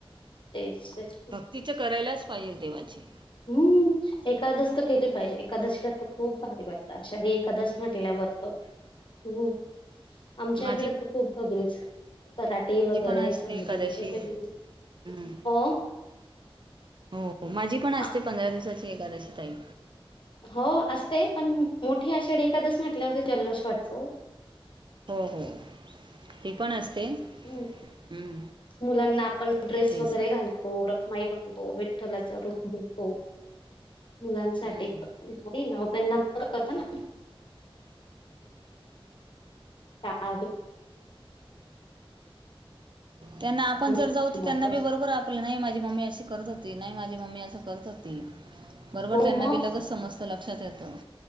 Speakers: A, on the left; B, on the right.
A: तेच तेच
B: भक्तीच करायलाच पाहिजे देवाची
A: हम्म एकादस तर केली पाहिजे एकादशीला तर खूप भारी वाटत अषाढी एकादस म्हटल्यावर खूप आमच्या
B: माझी
A: इकडे तर खूप बगरीच पराटे
B: माझी
A: वगैरे
B: पण असते
A: समुदाचे
B: एकादशी
A: खड
B: हम्म,
A: हो
B: हो माझी पण असते
A: आ-
B: पंधरा दिवसाची एखादशी ताई
A: हो असतेय पण मोठी आषाढी एखादच म्हटल्या जल्लोष वाटतो
B: हो हो ते पण असते
A: ह्
B: हम्म,
A: मुलांना आपण ड्रेस
B: तेच
A: वगैरे घालतो माई बनतो विठ्ठलाच रूप द हो मुलांसाठी
B: हम्म,
A: ना त्यांना परता ना अ
B: त्यांना आपण जर
A: खूप
B: जाऊ
A: छान
B: तर त्यांना
A: वाटतं
B: बी बरोबर आपले नाही माझी मम्मी अशी करत होती नाही माझी मम्मी असं करत होती बरोबर
A: हो
B: त्यांना
A: मग
B: बी लगेच समजत लक्षात येत